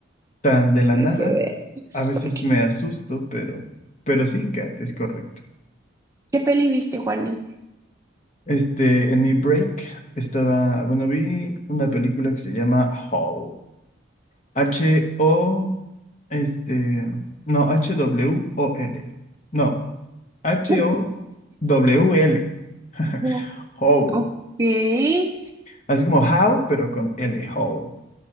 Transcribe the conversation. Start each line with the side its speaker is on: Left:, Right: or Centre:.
Left: tan de la
Right: Hay
Left: nada.
Right: que ver.
Left: A veces
Right: ¿Qué,
Left: me asusto, pero, pero sí, Kat, es correcto.
Right: qué peli viste, Juani?
Left: Este, en mi break estaba, bueno, vi una película que se llama Howl. H-O, este, no, H-W-O-L. No, H-O-W-L.
Right: <laughs>
Left: <laughs>
Right: Mm,
Left: Howl.
Right: Ok. eh,
Left: Así como how, pero con L, Howl.